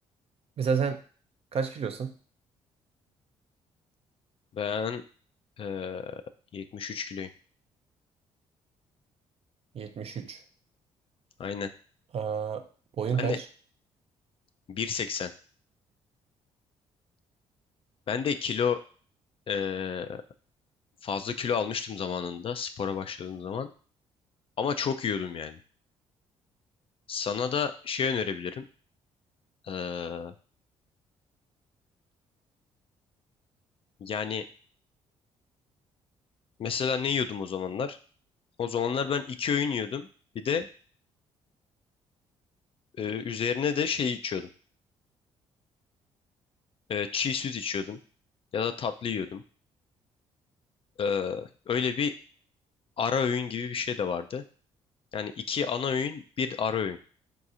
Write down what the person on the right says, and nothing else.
Mesela sen kaç kilosun?
73.
Aa, boyun
kaç?